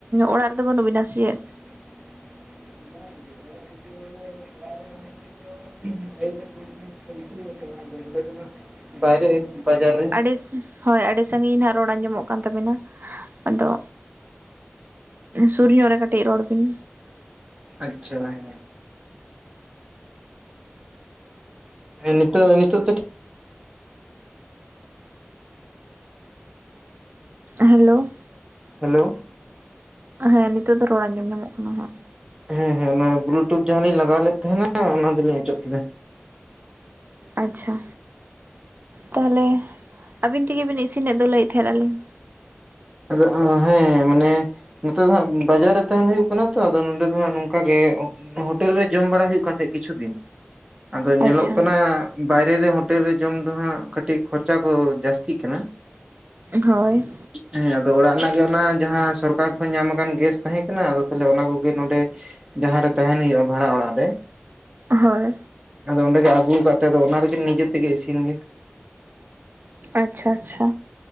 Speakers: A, on the right (about 50°); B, on the right (about 20°).
A: ᱚᱲᱟᱜ ᱨᱮᱫᱚ ᱵᱟᱹᱱᱩᱜ ᱵᱤᱱᱟ ᱥᱮ ᱪᱮᱫ?
B: <unintelligible> <unintelligible> ᱵᱟᱭᱨᱮ ᱵᱟᱡᱟᱨ ᱨᱮ᱾
A: ᱵᱮᱥ ᱦᱳᱭ ᱟᱹᱰᱤ ᱥᱟᱺᱜᱤᱧ ᱱᱟᱸᱦᱚᱜ ᱨᱚᱲ ᱟᱸᱡᱚᱢᱚᱜ ᱠᱟᱱ ᱛᱟᱵᱤᱱᱟ ᱟᱫᱚ ᱥᱩᱨ ᱧᱚᱜ ᱨᱮ ᱠᱟᱹᱴᱤᱡ ᱨᱚᱲ ᱵᱤᱱ᱾
B: ᱟᱪᱪᱷᱟ ᱦᱮ ᱱᱤᱛᱚᱜ ᱱᱤᱛᱚᱜ
A: ᱦᱮᱞᱳ,
B: ᱦᱮᱞᱳ,
A: ᱦᱮᱸ ᱱᱤᱛᱚᱜ ᱫᱚ ᱨᱚᱲ ᱟᱸᱡᱚᱢ ᱧᱟᱢᱚᱜ ᱠᱟᱱᱟ ᱦᱟᱸᱜ᱾
B: ᱦᱮᱸ ᱦᱮᱸ ᱚᱱᱟ ᱵᱞᱩᱴᱩᱛ ᱡᱟᱦᱟᱸ ᱞᱤᱧ ᱞᱟᱜᱟᱣ ᱞᱮᱫ ᱛᱟᱦᱮᱸᱱᱟ ᱚᱱᱟ ᱫᱚᱞᱤᱧ ᱚᱪᱚᱜ ᱠᱮᱫᱟ᱾
A: ᱟᱪᱪᱷᱟ ᱛᱟᱦᱚᱞᱮ ᱟᱹᱵᱤᱱ ᱛᱮᱜᱮ ᱵᱤᱱ ᱤᱥᱤᱱᱮᱫ ᱫᱚᱩ ᱞᱟᱹᱭᱮᱫ ᱛᱟᱦᱮᱸᱫ ᱞᱤᱧ᱾
B: ᱟᱫᱚ ᱦᱮᱸ ᱢᱟᱱᱮ ᱱᱮᱛᱚᱜ ᱫᱚ ᱦᱟᱸᱜ ᱵᱟᱡᱟᱨ ᱨᱮ ᱛᱟᱦᱮᱱ ᱦᱚᱭᱳᱜ ᱠᱟᱱᱟ ᱛᱚ ᱟᱫᱚ ᱱᱚᱰᱮ ᱫᱚ ᱦᱟᱸᱜ ᱱᱚᱝᱠᱟ ᱜᱮ᱾ ᱦᱳᱴᱮᱞ ᱨᱮ ᱡᱚᱢ ᱵᱟᱲᱟ ᱦᱩᱭᱩᱜ ᱠᱟᱱ ᱛᱟᱦᱮᱸᱫ ᱠᱤᱪᱷᱩ ᱫᱤᱱ᱾ ᱟᱫᱚ ᱧᱮᱞᱚᱜ
A: ᱟᱪᱪᱷᱟ
B: ᱠᱟᱱᱟ ᱵᱟᱭᱨᱮ ᱨᱮ ᱦᱳᱴᱮᱞ ᱨᱮ ᱡᱚᱢ ᱫᱚ ᱦᱟᱸᱜ ᱠᱟᱹᱴᱤᱡ ᱠᱷᱚᱨᱪᱟ ᱠᱚ ᱡᱟᱹᱥᱛᱤᱜ ᱠᱟᱱᱟ᱾
A: ᱦᱳᱭ᱾
B: ᱦᱮᱸ ᱟᱫᱚ ᱚᱲᱟᱜ ᱨᱮᱱᱟᱜ ᱜᱮ ᱚᱱᱟ ᱡᱟᱦᱟᱸ ᱥᱚᱨᱠᱟᱨ ᱠᱷᱚᱱ ᱧᱟᱢ ᱟᱠᱟᱱ ᱜᱮᱥ ᱛᱟᱦᱮᱸ ᱠᱟᱱᱟ ᱟᱫᱚ ᱛᱟᱦᱞᱮ ᱚᱱᱟ ᱠᱚᱜᱮ ᱱᱚᱰᱮ ᱡᱟᱦᱟᱸ ᱨᱮ ᱛᱟᱦᱮᱱ ᱦᱩᱭᱩᱜᱼᱟ ᱵᱷᱟᱲᱟ ᱚᱲᱟᱜ ᱨᱮ᱾
A: ᱦᱳᱭ
B: ᱟᱫᱚ ᱚᱸᱰᱮ ᱜᱮ ᱟᱹᱜᱩ ᱠᱟᱛᱮ ᱟᱫᱚ ᱚᱱᱟ ᱨᱮᱜᱮ ᱱᱤᱡᱮ ᱛᱮᱜᱮ ᱤᱥᱤᱱ ᱜᱮ
A: ᱟᱪᱪᱷᱟ ᱟᱪᱪᱷᱟ᱾